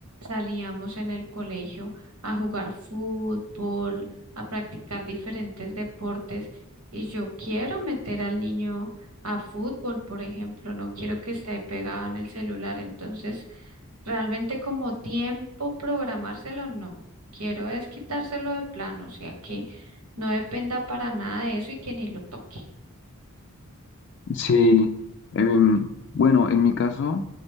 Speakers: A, on the right (about 85°); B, on the left (about 55°).
A: salíamos en el colegio a jugar fútbol, a practicar diferentes deportes. Y yo quiero meter al niño a fútbol, por ejemplo, no quiero que esté ahí pegado en el celular. Entonces, Realmente como tiempo programárselo, no. Quiero es quitárselo de plano, o sea que no dependa para nada de eso y que ni lo toque.
B: Sí, em, bueno, en mi caso,